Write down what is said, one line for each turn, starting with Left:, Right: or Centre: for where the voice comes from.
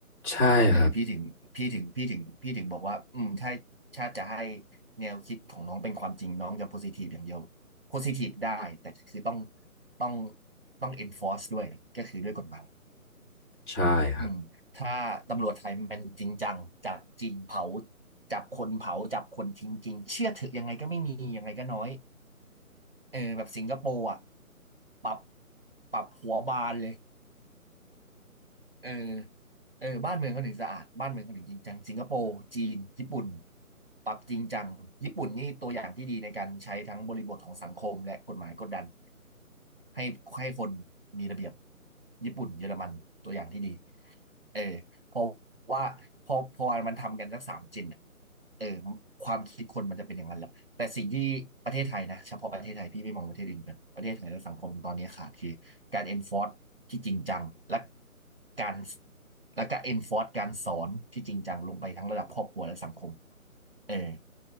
Left: ใช่ครับ
Right: เออพี่ถึงพี่ถึงพี่ถึงพี่ถึงบอกว่าอืมถ้าถ้าติจะให้แนวคิดของน้องเป็นความจริงน้องจะโพซิทีฟอย่างเดียวโพซิทีฟได้แต่คือต้องต้องต้อง enforce ด้วยก็คือด้วยกฎหมาย
Left: ใช่ครับ
Right: อืมถ้าตำรวจไทยมันจริงจังจับจริงเผาจับคนเผาจับคนทิ้งจริงเชื่อถือยังไงก็ไม่มียังไงก็น้อยเออแบบสิงคโปร์อ่ะปรับปรับหัวบานเลย เออเออบ้านเมืองเขาถึงสะอาด บ้านเมืองเขาถึงจริงจังสิงคโปร์จีน ญี่ปุ่น ปรับจริงจัง ญี่ปุ่นนี่ตัวอย่างที่ดีในการใช้ทั้งบริบทของสังคมและกฎหมายกดดันให้ให้คนมีระเบียบญี่ปุ่นเยอรมันตัวอย่างที่ดีเออเพราะว่าพอพอมันทำกันสักสามจินอะเออความคิดคนมันจะเป็นอย่างนั้นแหละแต่สิ่งที่ประเทศไทยนะเฉพาะประเทศไทยพี่ไม่มองประเทศอื่นกันประเทศไทยและสังคมตอนนี้ขาดคือ การ enforce ที่จริงจังและการและก็ enforce การสอนที่จริงจังลงไปทั้งระดับครอบครัวและสังคมเออ